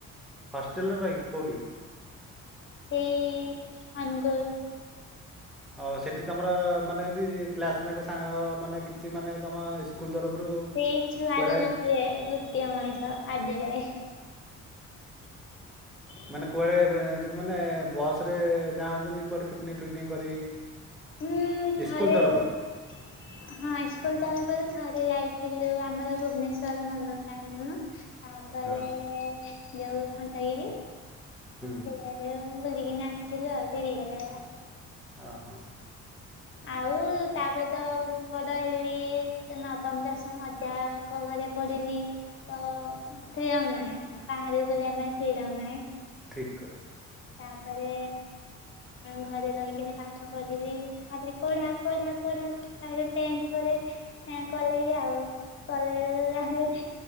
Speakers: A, in the centre; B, on the left.
A: ହଷ୍ଟେଲ ରେ ରହିି କେଉଠି।
B: ସେଇ ଅନୁଗୁଳ।
A: ଓ ସେଠି ତମର ମାନେ ଏମିତି କ୍ଲାସମେଟ୍ ସାଙ୍ଗ ମାନେ କିଛି ମାନେ ତମ ସ୍କୁଲ ତରଫରୁ।
B: ସେଇ ଛୁଆର
A: କୁଆଡ଼େ
B: ଗୋଟିଏ ଗୋଟିଏ ମଣିଷ ଆଜି ଯାଏ। <unintelligible>
A: ମାନେ କୁଆଡ଼େ ମାନେ ବସ୍ରରେ ଯାଆନ୍ତିନି କୁଆଡ଼େ ପିକନିକ୍ ଫିକନିକ କରି।
B: ଉଁ ଥରେ
A: ସ୍କୁଲ ତରଫରୁ।
B: <inaudible> ହଁ ସ୍କୁଲ ତରଫରୁ ଥରେ ଯାଇଥିଲୁ ଆମର ଭୁବନେଶ୍ୱର ନନ୍ଦନ କାନନ। ତାପରେ
A: ହଁ
B: ଯଉ ଖଣ୍ଡଗିରି
A: ହୁଁ
B: ସେ। ବୁଲିକିନି ଆସିଥିଲୁ ଆଉ ଫିରିଲାଗିଳା।
A: ହଁ ହଁ।
B: ଆଉ। ତାପରେ ତ ବଡ଼ ହେଲି ତ ନବମ ଦଶମ ଅଜାଙ୍କ ଘରେ ପଢ଼ିଲି। ତ ଫିରମ ନାଇଁ ବାହାରେ ବୁଲିବା ପାଇଁ ଫିରମ ନାଇଁ।
A: ଠିକ୍ କଥା।
B: ତାପରେ। ଘରେ ରହିକିନି ପାଠ ପଢିଲି ଖାଲିି ପଢା ପଢା ପଢା। ତାପରେ ଟେନ୍ଥ ପରେ କଲେଜ ଆଉ। କଲେଜ